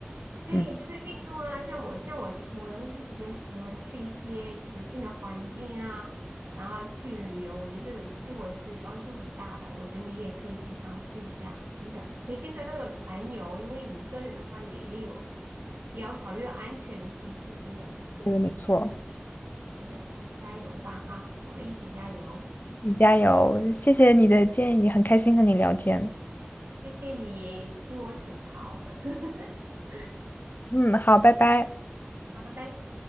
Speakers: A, on the right (about 80°); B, on the left (about 50°).
A: 对，
B: 嗯，
A: 就是运动啊，像我像我就我都是比较喜欢去一些就是新的环境啊，然后去旅游，我觉得这种对我是帮助很大的。我觉得你也可以去尝试一下，真的可以跟着那个团游，因为你一个人的话也也有也要考虑到安全的系数，真的。
B: 对的，没错，
A: 真的啊，加油吧哈，我们一起加油！
B: 自己加油，谢谢你的建议，很开心和你聊天。
A: 谢谢你听我吐槽，<laughs>
B: 嗯，好，拜拜。
A: 好，拜拜。